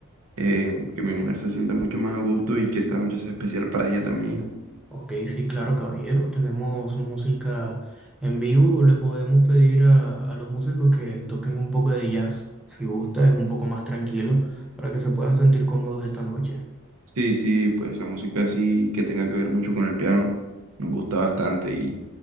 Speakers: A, on the right; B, in the centre.
A: eh, que mi mujer se sienta mucho más a gusto y que esta noche sea especial para ella también.
B: Ok, sí, claro, caballero. Tenemos música en vivo. Le podemos pedir a, a los músicos que toquen un poco de jazz, si gusta, es un poco más tranquilo, para que se puedan sentir cómodos esta noche.
A: Sí, sí, pues la música así que tenga que ver mucho con el piano, nos gusta bastante y